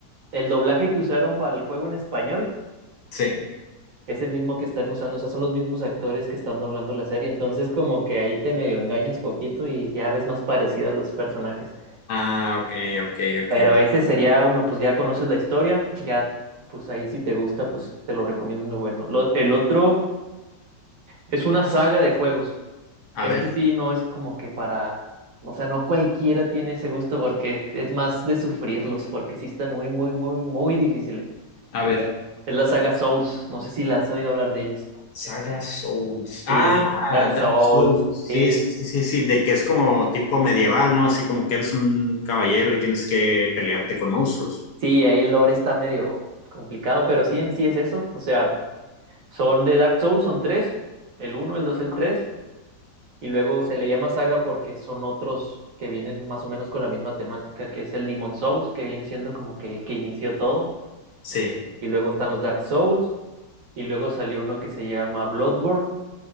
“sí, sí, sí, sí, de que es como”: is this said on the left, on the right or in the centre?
Left